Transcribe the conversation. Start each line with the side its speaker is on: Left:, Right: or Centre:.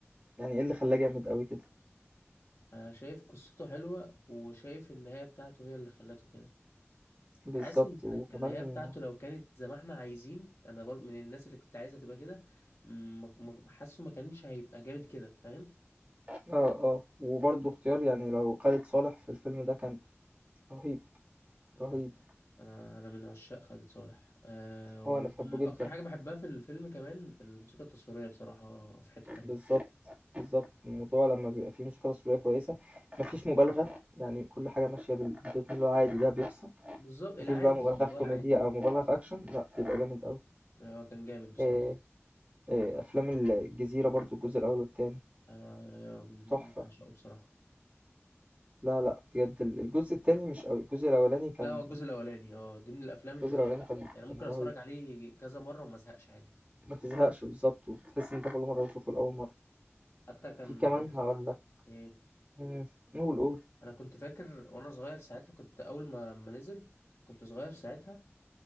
Right: يعني ايه اللي خلاه جامد قوي كده
Left: انا شايف قصته حلوة وشايف النهاية بتاعته هي اللي خلته كده
Right: بالظبط
Left: حاسس ان
Right: وكمان
Left: النهاية بتاعته لو كانت زي ما احنا عايزين انا برضه من الناس اللي كنت عايزها تبقى كده م- م- حاسه ما كانش هيبقى جامد كده فاهم
Right: اه اه وبرضو اختيار يعني لو خالد صالح في الفيلم ده كان رهيب
Left: ده
Right: رهيب
Left: انا انا من عشاق خالد صالح أه واكتر
Right: هو أنا باحبه جدًا،
Left: حاجة بحبها في الفيلم كمان الموسيقى التصويرية بصراحة في حتة تانية
Right: بالضبط، بالضبط. الموضوع لمّا بيبقى فيه موسيقى تصويرية كويسة، ما فيش مُبالغة، يعني كل حاجة ماشية بال بالريتم اللي هو عادي ده بيحصل،
Left: بالظبط العادي
Right: ما فيش بقى مُبالغة
Left: اللي
Right: في
Left: هو
Right: كوميديا
Left: العادي
Right: أو مُبالغة في أكشن، لأ بيبقى جامد أوي.
Left: آه، كان جامد بصراحة
Right: آآ، آآ أفلام ال الجزيرة برضه الجزء الأول والتاني
Left: انا أنا
Right: تحفة.
Left: عشقه بصراحة
Right: لا، لأ بجد ال الجزء التاني مش أوي، الجزء الأولاني كان
Left: لا هو الجزء الاولاني اه دي من الافلام اللي
Right: الجزء
Left: هي
Right: الأولاني كان
Left: يعني ممكن
Right: كان
Left: اتفرج
Right: رهيب،
Left: عليه كذا مره وما ازهقش عادي
Right: ما تزهقش بالضبط، وبتحس إن أنت كل مرة بتشوفه لأول مرة.
Left: حتى كان
Right: في كمان
Left: يعني
Right: هاقول لك
Left: ايه
Right: إمم، قُل، قُل.
Left: انا كنت فاكر وانا صغير ساعتها كنت اول ما ما نزل كنت صغير ساعتها